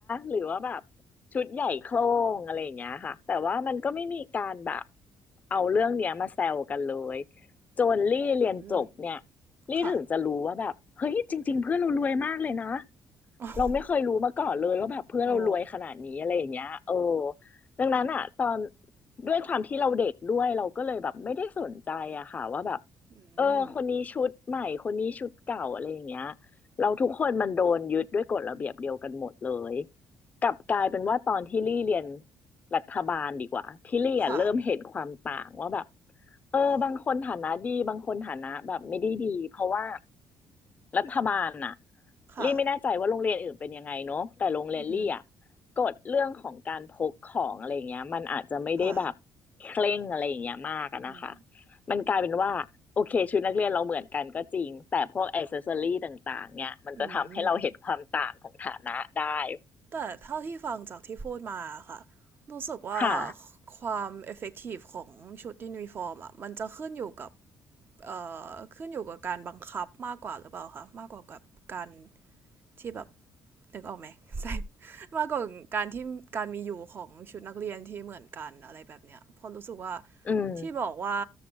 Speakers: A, on the left; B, on the right.
A: หรือว่าแบบชุดใหญ่โคร่งอะไรอย่างเงี้ยค่ะแต่ว่ามันก็ไม่มีการแบบเอาเรื่องเนี้ยมาแซวกันเลยจนลี่เรียนจบเนี่ย
B: อืม
A: ลี่ถึงจะรู้ว่าแบบเฮ้ยจริงๆเพื่อนเรารวยมากเลยนะ
B: ค่ะ <laughs>
A: เราไม่เคยรู้มาก่อนเลยว่าแบบเพื่อนเรารวยขนาดนี้อะไรอย่างเงี้ยเออ
B: อ๋อ
A: ดังนั้นอ่ะตอนด้วยความที่เราเด็กด้วยเราก็เลยแบบไม่ได้สนใจอะค่ะว่าแบบ
B: อืม
A: เออคนนี้ชุดใหม่คนนี้ชุดเก่าอะไรอย่างเงี้ยเราทุกคนมันโดนยึดด้วยกฎระเบียบเดียวกันหมดเลยกลับกลายเป็นว่าตอนที่ลี่เรียนรัฐบาลดีกว่าที่ลี่อะเริ่มเห็นความต่างว่าแบบ
B: ค่ะ
A: เออบางคนฐานะดีบางคนฐานะแบบไม่ได้ดีเพราะว่า
B: อ๋อ
A: รัฐบาลน่ะ
B: ค่ะ
A: ลี่ไม่แน่ใจว่าโรงเรียนอื่นเป็นยังไงเนาะแต่โรงเรียนลี่อ่ะ
B: อืม
A: กฎเรื่องของการพกของอะไรเงี้ยมันอาจจะไม่ได้แบบเคร่งอะไรอย่างเงี้ยมากอะนะคะ
B: ค่ะอืม
A: มันกลายเป็นว่าโอเคชุดนักเรียนเราเหมือนกันก็จริงแต่พวกอ c เซสซอรี่ต่างๆเนี่ยมันจะทำให้เราเห็นความต่างของฐานะได้
B: อืมแต่เท่าที่ฟังจากที่พูดมาค่ะรู้สึกว่า
A: ค่ะ
B: ความ effective ของชุดยูนิฟอร์มอ่ะมันจะขึ้นอยู่กับเอ่อขึ้นอยู่กับการบังคับมากกว่าหรือเปล่าคะมากกว่ากับการที่แบบ นึกออกไหม <laughs> ใส่มากกว่าการที่การมีอยู่ของชุดนักเรียนที่เหมือนกันอะไรแบบเนี้ยเพอรู้สึกว่า
A: อืม
B: ที่บอกว่า